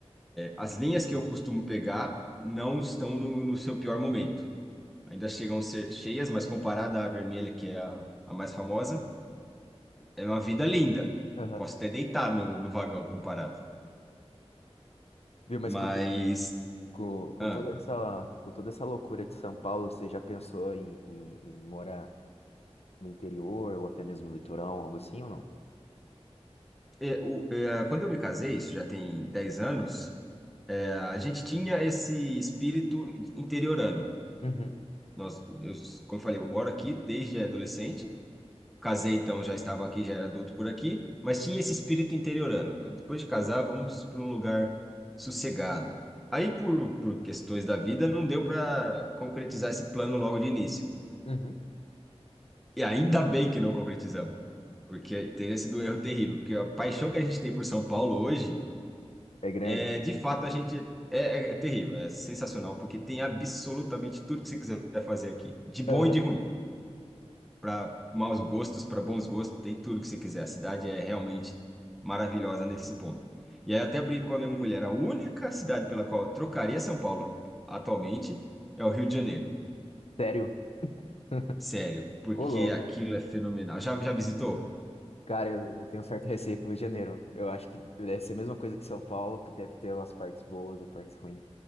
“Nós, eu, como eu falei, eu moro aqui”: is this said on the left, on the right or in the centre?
Centre